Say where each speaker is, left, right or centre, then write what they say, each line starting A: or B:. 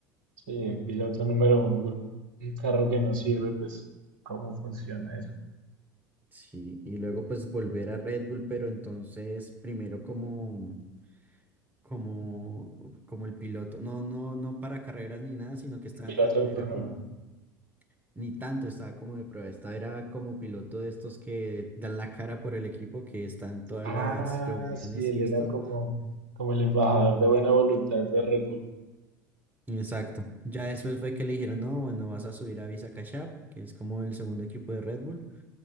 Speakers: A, on the right; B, on the right.
A: Sí, un piloto número uno con un, un carro que no sirve, pues, ¿cómo funciona eso?
B: Sí, y luego pues volver a Red Bull, pero entonces primero como, como, como el piloto, no, no, no para carreras ni nada, sino que estaba
A: Piloto
B: en Red Bull,
A: de
B: era
A: prueba.
B: como, ni tanto, estaba como de prueba, estaba era como piloto de estos que dan la cara por el equipo, que están todas
A: Ah,
B: las reuniones
A: sí, él
B: y
A: era
B: esto.
A: como, como el embajador de buena voluntad de Red Bull.
B: Exacto, ya después fue que le dijeron, no, bueno, vas a subir a Visa Cash App, que es como el segundo equipo de Red Bull,